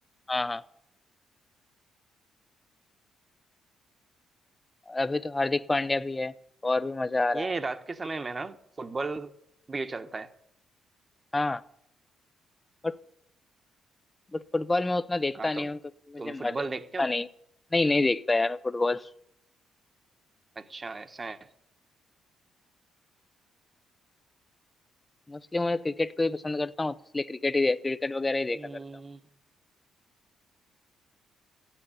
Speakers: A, on the left; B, on the right.
A: हाँ हाँ अभी तो हार्दिक पांड्या भी है और भी मजा आ रहा
B: ये
A: है
B: रात के समय में ना फुटबॉल भी चलता है
A: हाँ बट बट फुटबॉल में उतना देखता
B: हाँ तो
A: नहीं हूँ क्योंकि मुझे
B: तुम
A: मजा
B: फुटबॉल देखते
A: उतना
B: हो
A: नहीं नहीं नहीं देखता यार मैं फुटबॉल
B: अच्छा ऐसा है
A: मोस्टली मैं क्रिकेट को ही पसंद करता हूँ तो इसलिए क्रिकेट ही क्रिकेट वगैरह ही
B: हम्म,
A: देखा करता हूँ